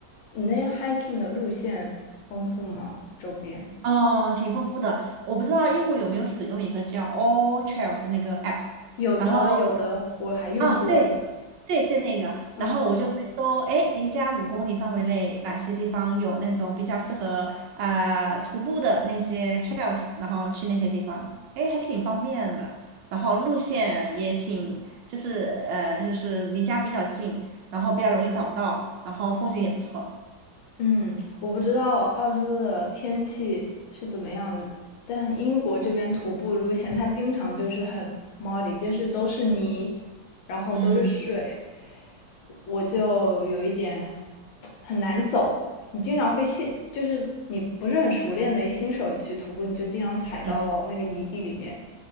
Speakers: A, on the left; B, on the right.
A: 你那边 hiking 的路线丰富吗？周边
B: 嗯，挺丰富的。我不知道英国有没有使用一个叫 All Trails 那个 app，
A: 有的，
B: 然后
A: 有的，我还用过。
B: 啊，对，对，就那个，
A: 嗯。
B: 然后我就会搜，哎，离家五公里范围内哪些地方有那种比较适合啊、徒步的那些 trails，然后去那些地方，哎，还挺方便的，然后路线也挺，就是呃，就是离家比较近，然后比较容易找到，然后风景也不错，
A: 嗯，我不知道澳洲的天气是怎么样的，但英国这边徒步路线它经常就是很 muddy，就是都是泥，然后都是嗯水，
B: 嗯
A: 我就有一点很难走。你经常会陷，就是你不是很熟练的一个新手去徒步，你就经常踩到那个泥地里面，
B: 嗯，